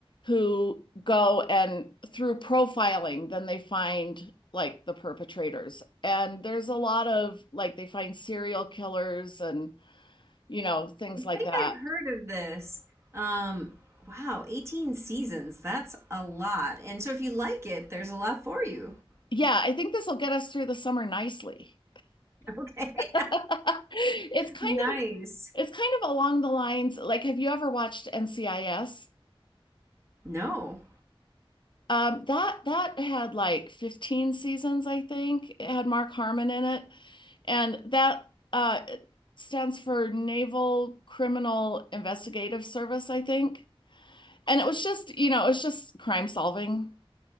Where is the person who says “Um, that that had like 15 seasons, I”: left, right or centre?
Left